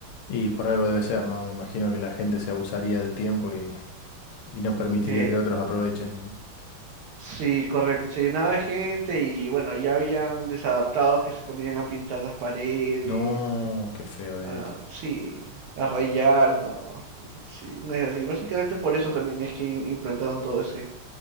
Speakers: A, on the left (about 75°); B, on the right (about 75°).
A: Y por algo debe ser, ¿no? Me imagino que la gente se abusaría del tiempo y, y no permitiría
B: Eh,
A: que otros aprovechen.
B: Sí, correcto, se llenaba de gente y bueno, ya habían desadaptados que se ponían a pintar las paredes,
A: No, qué feo es.
B: a, sí, a rayar, no, sí, no es así. Básicamente por eso también es que im- implantaron todo ese,